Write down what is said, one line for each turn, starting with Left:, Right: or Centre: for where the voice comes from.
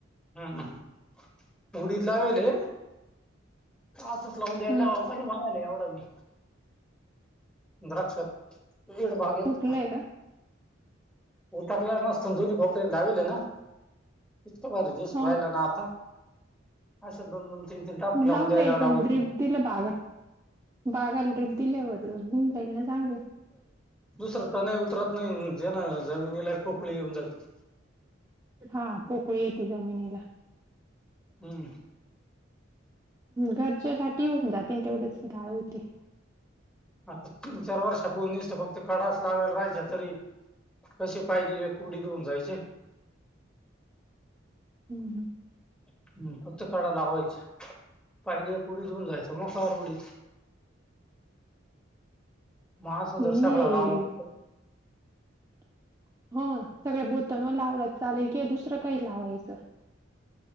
Centre: हम्म हम्म उडिद लावेेले असाच लाऊन द्यायला
Right: हम्म
Centre: लाव काही नाही पाहला यावा लागल द्राक्षात इंड बागेत
Right: तुटलंय का?
Centre: उतरलाय नसतो दोन्ही कोपऱ्यात लावेलेना इतका भारी दिसू
Right: हो
Centre: राहिला ना आता अशा दोन दोन तीन तीन टाफ
Right: लावून
Centre: द्यायला
Right: द्यायचं
Centre: लावतो
Right: ना ड्रीप दिलं बागा बागाला ट्रीप दिल्या वर <unintelligible> जाईल ना चांगलं
Centre: दुसर तणय उतरत नाही ज्यानं जमिनीला पोकळी येऊन जाती.
Right: हा पोकळी येती जमिनीला
Centre: हम्म
Right: घरची <unintelligible> होऊन जाती तेवढंच डाळ होती.
Centre: आता तीन चार वर्ष पावून निसत्या फक्त कडाच लावेल राहायच्या तरी कशी पायली एक उडीद होऊन जायचे
Right: हम् हम
Centre: हम्म फक्त कडा लावायच्या पायली एक उडीद होऊन जायच्या मोक्कार उडीद म असा
Right: आणि
Centre: जर सगळा लावला तर
Right: <unintelligible> हो सगळ्या बोतणवर लावला त चालेल किंवा दुसरं काही लावायचं